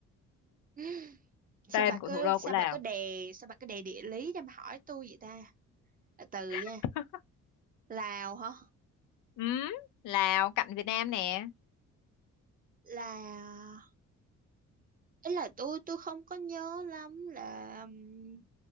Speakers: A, on the right (about 30°); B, on the left (about 80°).
A: <gasps> sao
B: tên
A: bà
B: của
A: cứ
B: thủ đô
A: sao
B: của Lào
A: bà cứ đè sao bà cứ đè địa lý cho mà hỏi tôi vậy ta từ từ nha
B: <laughs>
A: Lào hả
B: Ừm, Lào cạnh Việt Nam nè
A: là ấy là tôi tôi không có nhớ lắm là ừm,